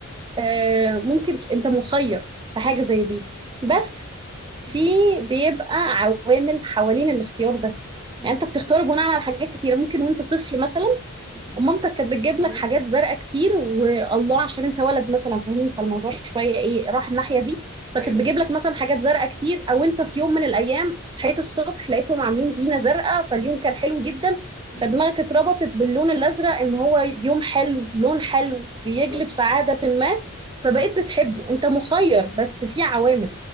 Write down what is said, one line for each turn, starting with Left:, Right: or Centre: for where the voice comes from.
Right: آه ممكن ت- انت مخير في حاجة زي دي بس
Centre: امم
Right: في بيبقى عوامل حوالين الاختيار ده
Centre: امم
Right: يعني
Centre: امم
Right: انت بتختار بناء على حاجات كتيرة ممكن وانت طفل مثلا
Centre: امم
Right: ومامتك كانت بتجيب
Centre: تمام
Right: لك حاجات زرقاء كتير والله عشان انت ولد مثلا فاهمني فالموضوع شويه ايه راح الناحيه دي فكانت
Centre: ايوه
Right: بتجيب لك مثلا حاجات زرقاء كتير او انت في يوم من الايام صحيت الصبح لقيتهم عاملين زينه زرقاء فاليوم كان حلو جدا
Centre: امم
Right: فدماغك اتربطت باللون الازرق ان هو يوم حلو لون حلو
Centre: بالظبط
Right: بيجلب سعاده ما فبقيت
Centre: امم
Right: بتحبه انت مخير بس في عوامل